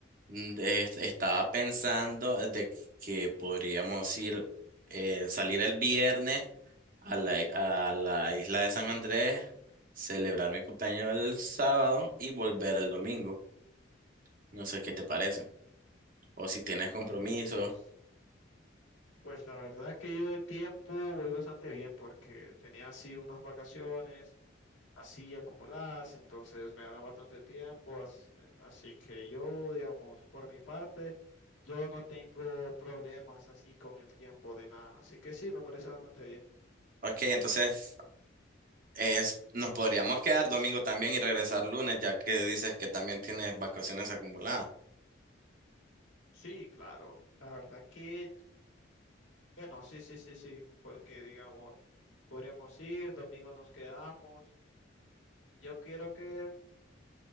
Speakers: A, on the right; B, on the left.
A: Mm, es- Estaba pensando de que podríamos ir, eh, salir el viernes a la, i- a la isla de San Andrés, celebrar mi cumpleaños el sábado y volver el domingo. No sé qué te parece. O si tienes compromiso.
B: Pues, pues la verdad que yo de tiempo voy bastante bien porque tenía así unas vacaciones así acumuladas, entonces me dará bastante tiempo. as- eh, Así, que yo, digamos, por mi parte, yo no tengo problemas así con el tiempo de nada. Así que sí, me parece bastante bien.
A: Ok, entonces es, nos podríamos quedar domingo también y regresar lunes, ya que dices que también tienes vacaciones acumuladas.
B: Sí, claro. La verdad que, bueno, sí, sí, sí, sí. Porque digamos... Podríamos ir, domingo nos quedamos. Yo quiero que,